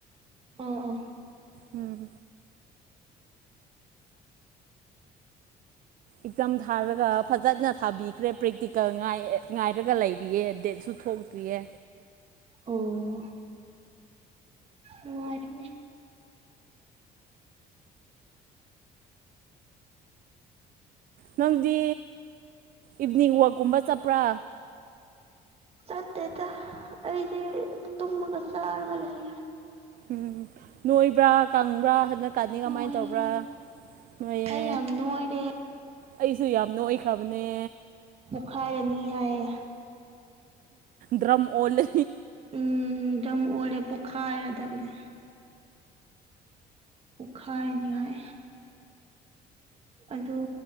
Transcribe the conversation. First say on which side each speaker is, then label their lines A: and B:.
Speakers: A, on the right (about 35°); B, on the right (about 55°).
A: ꯎꯝ ꯎꯝ
B: ꯎꯝ ꯑꯦꯛꯖꯥꯝ ꯊꯥꯔꯒ ꯐꯖꯅ ꯊꯥꯕꯤꯈ꯭ꯔꯦ ꯄ꯭ꯔꯦꯛꯇꯤꯀꯦꯜ ꯉꯥꯏꯔꯒ ꯂꯩꯔꯤꯌꯦ ꯗꯦꯠꯁꯨ ꯊꯣꯛꯇ꯭ꯔꯤꯌꯦ
A: ꯑꯣ ꯑꯣ ꯅꯨꯡꯉꯥꯏꯔꯦꯅꯦ
B: ꯅꯪꯗꯤ ꯏꯚꯤꯅꯤꯡ ꯋꯥꯛꯀꯨꯝꯕ ꯆꯠꯄ꯭ꯔꯥ
A: ꯆꯠꯇꯦꯗ ꯑꯩꯗꯤ ꯇꯨꯝꯃꯒ ꯆꯔꯒ ꯂꯩ
B: ꯎꯝ ꯅꯣꯏꯕ꯭ꯔꯥ ꯀꯪꯕ꯭ꯔꯥ ꯍꯟꯗꯛ ꯀꯥꯟꯗꯤ ꯀꯃꯥꯏꯅ
A: ꯅꯣꯏꯔꯦ
B: ꯇꯧꯕ꯭ꯔꯥ ꯅꯣꯏꯌꯦ
A: ꯑꯩ ꯌꯥꯝ ꯅꯣꯏꯔꯦ
B: ꯑꯩꯁꯨ ꯌꯥꯝ ꯅꯣꯏꯈ꯭ꯔꯕꯅꯦ
A: ꯄꯣꯛꯈꯥꯏꯔꯅꯤ ꯍꯥꯏꯌꯦ
B: ꯗ꯭ꯔꯝ ꯑꯣꯜꯂꯦ
A: ꯎꯝ ꯗꯔꯝ ꯑꯣꯏꯔꯦ ꯄꯣꯛꯈꯥꯏꯔꯗꯕꯅꯦ ꯄꯣꯈꯥꯏꯅꯤꯌꯥꯏ ꯑꯗꯨꯗꯣ